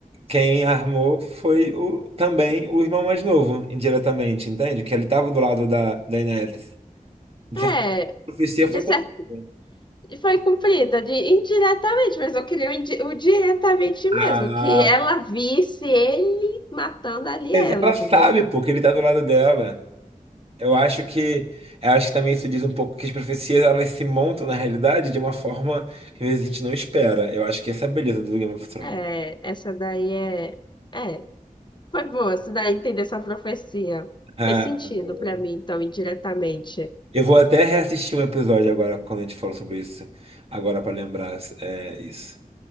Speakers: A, on the right; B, on the left.
A: quem armou foi o, também o irmão mais novo, indiretamente, entende? Que ele estava do lado da da Daenerys. De
B: É,
A: certa forma, a profecia foi
B: de certo,
A: cumprida.
B: foi cumprida de indiretamente, mas eu queria o, indi- o diretamente
A: Ah,
B: mesmo, que ela visse ele matando ali
A: mas
B: ela,
A: ela
B: entendeu?
A: sabe, porque ele tá do lado dela. Eu acho que, eu acho que também isso diz um pouco que as profecias elas se montam na realidade de uma forma que às vezes a gente não espera. Eu acho que essa é a beleza do Game of Thrones.
B: É, é, essa daí é... É, foi boa, essa daí entender essa profecia.
A: Ah,
B: Fez sentido
A: boa.
B: para mim, então, indiretamente.
A: eu vou até reassistir um episódio agora quando a gente falou sobre isso, agora pra lembrar é, isso.